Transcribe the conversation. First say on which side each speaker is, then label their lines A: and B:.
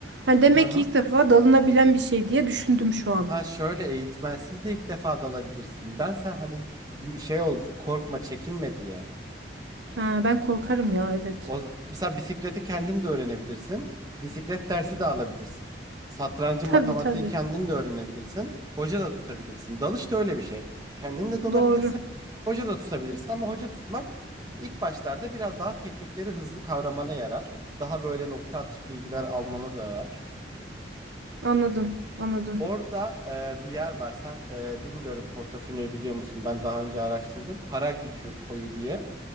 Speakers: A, on the right; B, on the right.
A: Hani demek
B: Hı hı.
A: ki ilk defa dalınabilen bir şey diye düşündüm şu an.
B: Ha şöyle eğitmensiz de ilk defa dalabilirsin. Ben sen hani gü- şey ol korkma çekinme diye.
A: Ha, ben korkarım ya evet.
B: O, z- mesela bisikleti kendin de öğrenebilirsin. Bisiklet dersi de alabilirsin. Satrancı
A: Tabii
B: matematiği
A: tabii.
B: kendin de öğrenebilirsin. Hoca da tutabilirsin. Dalış da öyle bir şey. Kendin de dalabilirsin.
A: Doğru.
B: Hoca da tutabilirsin ama hoca tutmak ilk başlarda biraz daha teknikleri hızlı kavramana yarar. Daha böyle nokta atış bilgiler almana yarar.
A: Anladım. Anladım.
B: Orada e, bir yer var. Sen e, bilmiyorum Portofino'yu biliyor musun? Ben daha önce araştırdım. Paragi kö- koyu diye.